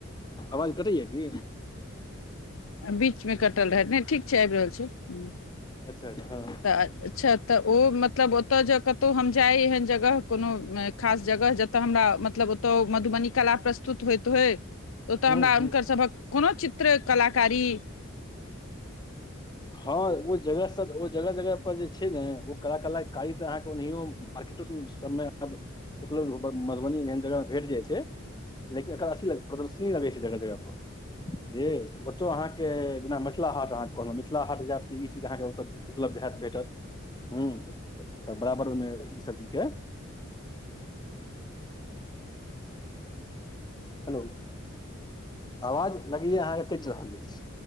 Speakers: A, on the left; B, on the left.
A: आवाज कटैय की
B: बीचमे कटल रहय नहि ठीक छै आबि रहल छै ह्म
A: अच्छा अच्छा हँ
B: तऽ अच्छा तऽ ओ मतलब ओतय जे कतहु हम जाय एहन जगह कोनो खास जगह जतय हमरा मतलब ओतय मधुबनी कला प्रस्तुत होइत होय त ओतऽ
A: हूँ
B: हमरा हुनकर
A: हूँ
B: सभक कोनो चित्र कलाकारी
A: हँ ओ जगहसँ ओ जगह जगह पर जे छै ने ओ कलाकलाकारी तऽ अहाँके ओनाहिो मार्केटो सबमे आब उपलब्ध मधुबनी एहन जगहमे भेट जाइ छै लेकिन एकर अथी प्रदर्शनी लगै छै जगह जगह पर बझ ओतौ अहाँके जेना मिथिला हाट अहाँ कहलहुँ मि च अाँ उपब् होत भेटत ओ बराबर ओहि चीजके हेलो आवाज लगैए अहाँके कटि रहल अछि